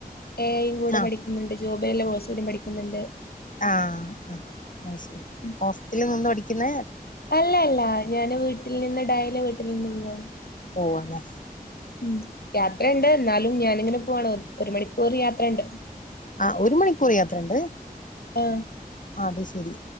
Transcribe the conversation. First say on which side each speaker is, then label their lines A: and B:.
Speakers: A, on the left (about 85°); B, on the left (about 55°).
A: എ ഐയും കൂടെ
B: ആഹ്
A: പഠിക്കുന്നുണ്ട് ജോബെ കോഴ്സ് കൂടി പഠിക്ക ണ്ട്
B: ആ ആ ആ ശരി
A: ഉം.
B: ഹോസ്റ്റലിൽ നിന്ന് പഠിക്കുന്ന
A: അല്ല അല്ല ഞാന് വീട്ടിൽ നിന്ന് ഡൈലെ വീട്ടിൽ നിന്ന് പോവാണ്
B: പോവല്ലെ
A: ഉ യാത്രുണ്ട് എന്നാലും ഞാനിങ്ങനെ പോവാണോ ഒരു മണിക്കൂർ യാത്രുണ്ട്
B: ആ ഒരു മണിക്കൂർ യാത്രണ്ട്
A: ആ
B: അത് ശരി